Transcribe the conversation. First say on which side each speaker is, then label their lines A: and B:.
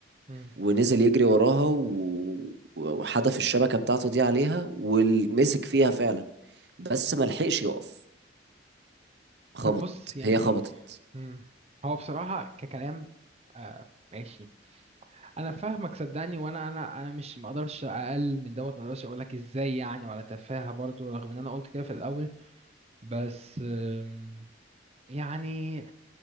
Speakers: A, on the right; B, on the right.
A: مم.
B: ونزل يجري وراها و- وحدف الشبكة بتاعته دي عليها ومسك فيها فعلا بس ما لحقش يقف خبط
A: طب بص يعني
B: هي خبطت
A: مم. هو بصراحة ككلام آه ماشي أنا فاهمك صدقني وأنا أنا أنا مش مقدرش أقل من دوت مقدرش أقولك إزاي يعني ولا تفاهة برضو رغم إن أنا قلت كده في الأول بس آم، يعني